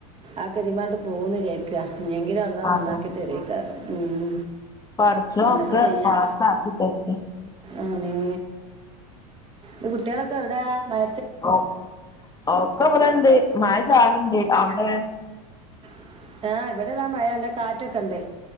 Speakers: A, on the right; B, on the left.
A: ആക്കെ തീമ്മെങ്ങട്ട് പോവുന്ന് വിജാരിക്ക ഇഞെങ്കിലുംഅ അള്ളാ
B: അതെ
A: നന്നാക്കി തെരേക്കാരം മ്മ്
B: പടച്ചോൻ
A: എന്നാപ്പോ
B: ഒക്കെ
A: ചെയ്യാ
B: പാസ്സാക്കി തരട്ടെ
A: അങ്ങെ മ് കുട്ടിയാളോക്കെ എവിടെ മ
B: ഓ ഒക്കെ ബെടെണ്ട് മാഴ ചാർണ്ട് അവ്ടെ
A: <unintelligible> ആ ഇബടീതാ മഴ നല്ല കാറ്റൊക്കെണ്ട്